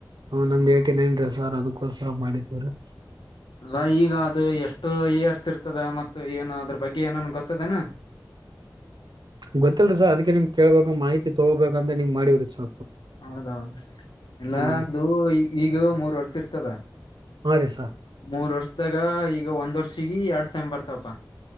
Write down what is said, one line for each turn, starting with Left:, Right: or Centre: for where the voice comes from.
Right: ಹ ನಂದ್ ಏಯಟಿ ನೈನ್ ರೀ ಸರ್ ಅದಕ್ಕೋಸ್ಸರ ಮಾಡಿದೀವ್ರೀ
Left: ಅ ಈಗ ಅದು ಎಷ್ಟು ಇಯರ್ಸ್ ಇರ್ತದ ಮ ಏನು ಅದ್ರ ಬಗ್ಗೆ ಏನನ್ ಗೊತ್ತದನಾ
Right: ಗೊತ್ತಲ್ರಿ ಸರ್ ಅದ್ಕ್ಕೆ ನಿಮ್ ಕೇಳ್ಬೇಕು ಮಾಹಿತಿ ತಗೋಬೇಕಂತ ನೀಂಗ್ ಮಾಡಿವ್ರಿ ಸೊ
Left: ಹೌದೌದು ಎಲ್ಲಂದು
Right: ರೀ
Left: ಈ ಈಗ ಮೂರ್ ವರ್ಷ ಇರ್ತದ
Right: ಹಾ ರ
Left: ಮೂರ್ ವರ್ಷದಾಗ ಈಗ ಒಂದ್ ವರ್ಷ ಗಿ ಎರಡ್ ಸಾಯ್ ಬರ್ತಾವಪ್ಪಾ